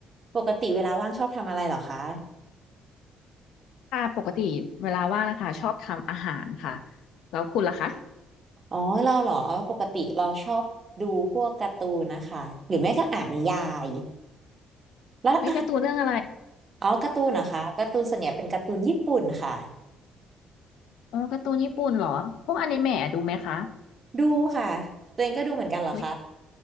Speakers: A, on the right; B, on the left.
A: ปกติเวลาว่างชอบทำอะไรเหรอคะ
B: ค่ะปกติเวลาว่างนะคะชอบทำอาหารค่ะแล้วคุณล่ะคะ
A: อ๋อเราเหรอปกติเราชอบดูพวกการ์ตูนนะคะหรือไม่ก็อ่านนิยายแล้วอ่ะ
B: มีการ์ตูนเรื่องอะไร
A: อ๋อการ์ตูนนะคะการ์ตูนส่วนใหญ่เป็นการ์ตูนญี่ปุ่นค่ะ
B: อ๋อการ์ตูนญี่ปุ่นเหรอพวกอนิเมะดูไหมคะ
A: ดูค่ะตัวเองก็ดูเหมือนกันเหรอคะ
B: อุ๊ย